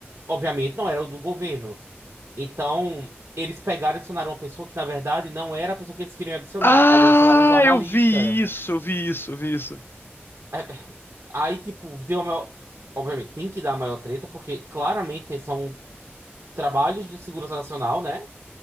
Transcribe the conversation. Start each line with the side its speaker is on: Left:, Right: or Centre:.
Right: obviamente, não era o do governo. Então, eles pegaram e adicionaram uma pessoa que, na verdade, não era a pessoa que eles queriam adicionar.
Left: Ah,
Right: Eles adicionaram um jornalista.
Left: eu vi isso, eu vi isso, eu vi isso.
Right: É, Aí, tipo, deu a maior. Obviamente, tem que dar a maior treta, porque claramente são trabalhos de segurança nacional, né?